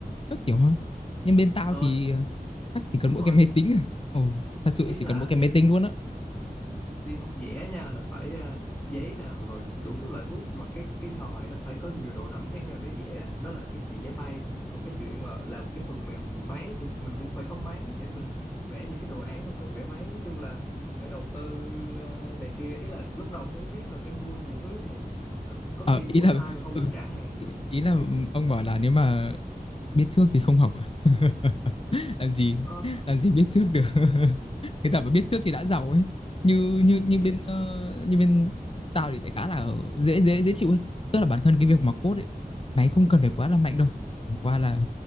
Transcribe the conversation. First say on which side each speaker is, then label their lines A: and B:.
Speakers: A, on the left (about 35°); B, on the left (about 15°).
A: các kiểu ha. Nhưng bên tao
B: ờ
A: thì ờ, chắc chỉ cần
B: đúng
A: mỗi
B: rồi
A: cái máy tính à. Ồ, thật sự
B: ý là
A: chỉ cần mỗi cái
B: đi
A: máy tính luôn á.
B: đi học vẽ nha là phải ờ, giấy nào rồi đủ thứ loại bút mà cái cái ngòi nó phải có nhiều độ đậm khác nhau để vẽ đó là cái chuyện vẽ tay còn cái chuyện mà làm cái phần mềm máy thì mình cũng phải có máy để mình vẽ những cái đồ án mà cần vẽ máy nói chung là phải đầu tư ờ, này kia ý là lúc đầu không có biết là phải mua nhiều thứ vậy Sau, có
A: Ờ,
B: khi mua
A: ý là
B: sai mà không
A: ừ,
B: được trả hàng nữa
A: ý ý là
B: kiểu vậy
A: ông bảo là nếu mà biết trước thì không học à? <laughs> Làm gì?
B: Ờ,
A: Làm gì biết trước được. <laughs> Người ta mà biết trước thì đã giàu ấy. Như như như
B: ý-
A: bên ờ, như bên tao thì lại khá là dễ dễ dễ chịu ấy. Tức là bản thân cái việc mà
B: ừ
A: code ấy mày không cần phải quá là mạnh đâu. Chẳng qua là